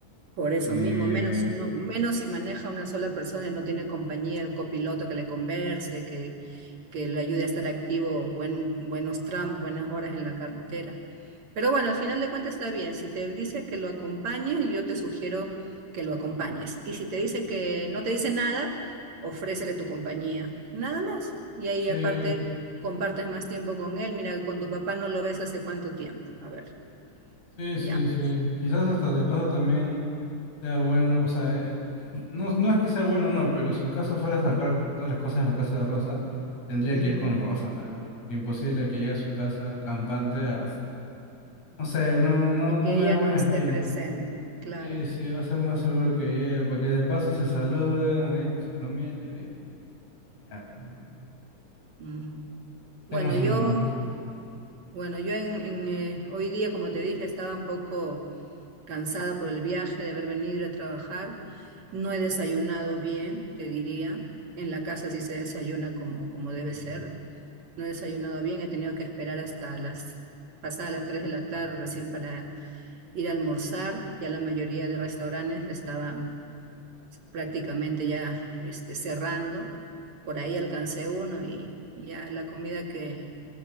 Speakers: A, on the right (about 65°); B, on the left (about 60°).
A: Por eso
B: Eh,
A: mismo, menos uno, menos si maneja una sola persona y no tiene compañía, el copiloto que le converse, que, que le ayude a estar activo buen, buenos tramos, buenas horas en la carretera. Pero bueno, al final de cuentas está bien. Si te dice que lo acompañes, yo te sugiero que lo acompañes. Y si te dice que no te dice nada, ofrécele tu compañía. Nada más. Y ahí
B: sí,
A: aparte compartes más tiempo con él. Mira, con tu papá no lo ves hace cuánto tiempo. A ver,
B: sí, sí,
A: ya
B: sí.
A: pues.
B: Quizás
A: Mm,
B: hasta de paso también sea bueno, o sea, eh, no, no es que sea bueno o no, pero si en caso fuera a sacar todas las cosas de la casa de Rosa, tendría
A: ujú.
B: que ir con Rosa también, pues, porque imposible que llegue a su casa campante a... No sé, no, no,
A: Y
B: no
A: que
B: me
A: ella
B: da buena
A: no esté
B: espina.
A: presente, claro.
B: Sí, sí, va a ser más seguro que llegue, para que de paso se saluden ahí con su familia y ya, pues no.
A: Mm.
B: Tengan
A: Bueno,
B: su
A: yo,
B: momento. Ujú.
A: bueno, yo en, en, eh, hoy día, como te dije, estaba un poco cansada por el viaje, de haber venido a trabajar. No he desayunado bien, te diría. En la casa sí se desayuna como, como debe ser. No he desayunado bien, he tenido que esperar hasta las pasadas las 3 de la tarde recién para ir a almorzar. Ya la mayoría de restaurantes estaban prácticamente ya este, cerrando. Por ahí alcancé uno y y ya la comida que,